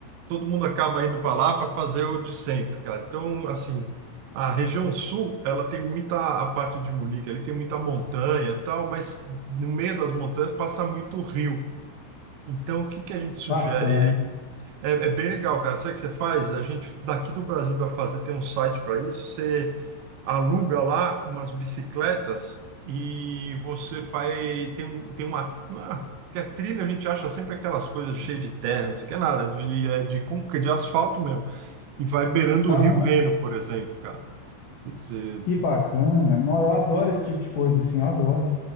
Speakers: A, on the right (about 80°); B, on the left (about 80°).
A: todo mundo acaba indo para lá para fazer o de sempre, cara. Então, assim, a região sul, ela tem muita, a parte de Munique, ali tem muita montanha e tal, mas no meio das montanhas passa muito rio. Então, o que que a gente sugere
B: Bacana.
A: aí? É, é bem legal, cara. Sabe o que você faz? A gente daqui do Brasil da fazer, tem um site para isso. Você aluga lá umas bicicletas e você faz. Tem, um- tem uma. não é- Porque a trilha a gente acha sempre aquelas coisas cheias de terra, não sei o que é nada, de, é de, concre- de asfalto mesmo. E vai beirando
B: Aham,
A: o Rio Reno, por exemplo, cara. Você-
B: que bacana. Não, eu adoro esse tipo de coisa, assim, eu adoro.